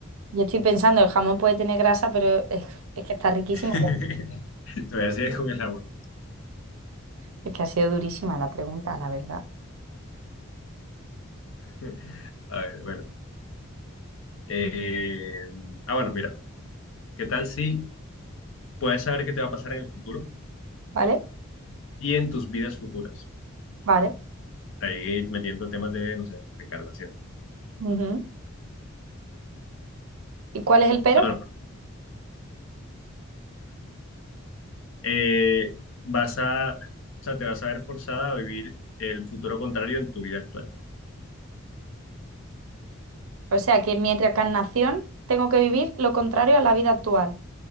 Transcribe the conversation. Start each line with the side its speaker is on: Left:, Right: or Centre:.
Right: yo estoy pensando, el jamón puede tener grasa, pero es, es que está riquísimo.
Left: <laughs> Todavía sigue con el amor.
Right: Es que ha sido durísima la pregunta, la verdad.
Left: <laughs> A ver, bueno. Eh, ah, bueno, mira, ¿qué tal si puedes saber qué te va a pasar en el futuro
Right: ¿Vale?
Left: y en tus vidas futuras?
Right: Vale.
Left: Ahí metiendo temas de, no sé, reencarnación.
Right: Ujú. ¿Y cuál es el pero?
Left: Ah, bueno, eh, vas a, o sea, te vas a ver forzada a vivir el futuro contrario en tu vida actual.
Right: O sea que mi reencarnación tengo que vivir lo contrario a la vida actual.